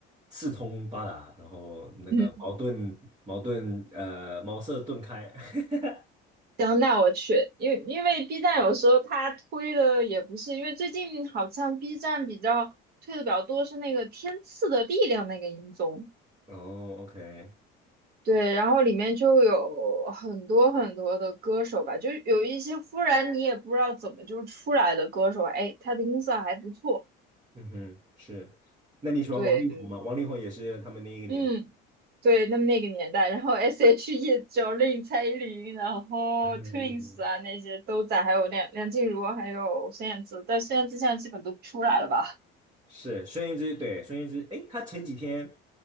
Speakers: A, on the right; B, on the right.
A: 四通八达，然后那个矛盾矛盾呃茅塞顿开。
B: 嗯，
A: <laughs>
B: 行，那我去，因为因为 B 站有时候它推的也不是，因为最近好像 B 站比较推的比较多是那个《天赐的力量》那个英综。
A: 哦，OK，
B: 对，然后里面就有很多很多的歌手吧，就有一些忽然你也不知道怎么就出来的歌手，哎，他的音色还不错，
A: 嗯哼，是。那你喜欢王力宏吗？
B: 对对，
A: 王力宏也是他们那一个年代，
B: 嗯，对，他们那个年代，然后 S.H.E、Jolin、蔡依林，然后
A: <laughs>
B: Twins 啊那些都在，还有梁梁静茹，还有孙燕姿，但孙燕姿现在基本都不出来了吧？
A: 是孙燕姿，对，孙燕姿，诶，她前几天，